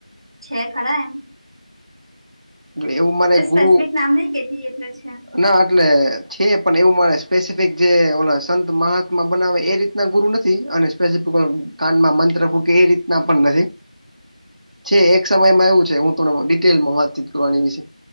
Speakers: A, on the right (about 40°); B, on the right (about 70°).
A: છે. ખરા એમ?
B: એટલે એવું માને
A: એ સ્પેસિફિક
B: ગુરુના
A: નામ નહી કેતી એટલે છે
B: એટલે છે, પણ એવું મારે સ્પેસિફિક જે ઓલા સંત મહાત્મા બનાવે, એ રીતના ગુરુ નથી, અને સ્પેસિફિક ઓ કાનમાં મંત્ર ફૂકે એ રીતના પણ નહીં.
A: <unintelligible>
B: છે, એક સમયમાં એવું છે, હું તને ડિટેલમાં વાતચીત કરુ આની વિશે